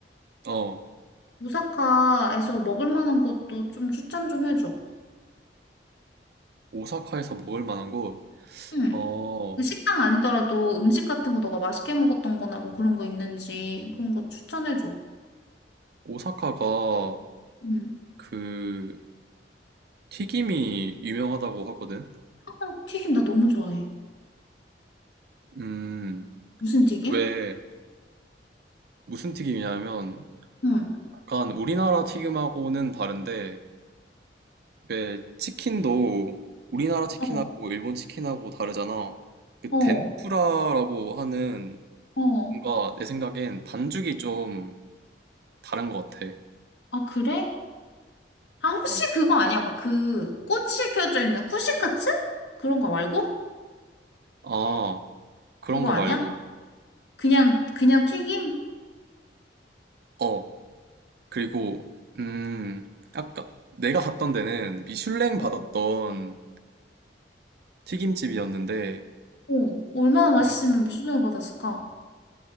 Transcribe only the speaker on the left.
오사카에서 먹을 만한 것도 좀 추천 좀 해줘.
응.
그 식당 아니더라도 음식 같은 거 너가 맛있게 먹었던 거나 뭐 그런 거 있는지 그런 거 추천해줘.
응.
어, 튀김 나 너무 좋아해.
무슨 튀김?
응.
어,
어,
어.
아, 그래? 아, 혹시
그거 아니야? 막 그 꼬치 켜져 있는 쿠시카츠? 그런 거 말고?
그거
아니야?
그냥, 그냥 튀김?
어.
어. 얼마나
맛있으면 미슐랭을 받았을까?